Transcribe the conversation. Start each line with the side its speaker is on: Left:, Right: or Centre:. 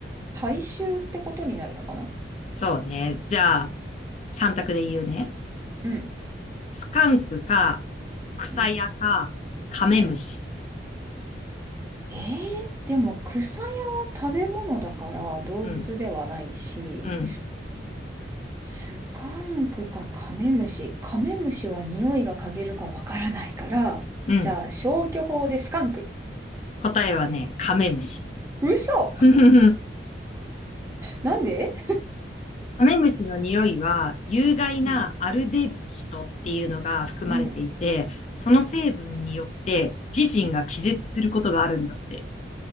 Right: 体臭ってことになるのかな
Left: そうね。じゃあ、三択で言うね。
Right: うん、
Left: スカンクか、草屋か、
Right: うん、
Left: カメムシ。
Right: うん。えー、でも草屋は食べ物だから動物ではないし、
Left: うん、うん、
Right: スカンクかカメムシ。カメムシは匂いが嗅げるかわからないから、
Left: うん。
Right: じゃあ消去法でスカンク。
Left: 答えはね、カメムシ。
Right: 嘘
Left: <laughs>
Right: なんで
Left: カメムシの匂いは、有害なアルデヒドっていうのが含まれていて、
Right: うん、うん。
Left: その成分によって自身が気絶することがあるんだって。